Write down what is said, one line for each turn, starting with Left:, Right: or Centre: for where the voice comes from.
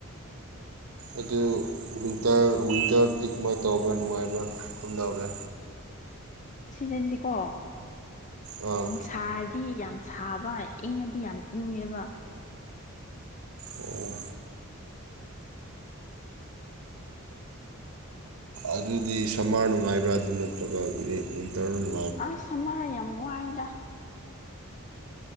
Right: ꯑꯗꯨ ꯋꯤꯟꯇꯔ ꯋꯤꯟꯇꯔꯗꯤ ꯀꯃꯥꯏꯅ ꯇꯧꯕ꯭ꯔꯥ ꯅꯨꯡꯉꯥꯏꯕ ꯀꯝꯗꯧꯔꯦ
Left: ꯁꯤꯖꯟꯁꯤꯀꯣ
Right: ꯑꯥ
Left: ꯁꯥꯔꯗꯤ ꯌꯥꯝ ꯁꯥꯕ ꯏꯪꯉꯗꯤ ꯌꯥꯝ ꯏꯪꯉꯦꯕ
Right: ꯑꯣ ꯑꯗꯨꯗꯤ ꯁꯝꯃꯔ ꯅꯨꯡꯉꯥꯏꯕ꯭ꯔꯥ ꯑꯗꯨ ꯅꯠꯇ꯭ꯔꯒ ꯋꯤꯟꯇꯔꯅ ꯅꯨꯡ
Left: ꯑꯁ ꯁꯥꯃꯔ ꯌꯥꯝ ꯋꯥꯏꯌꯦꯗ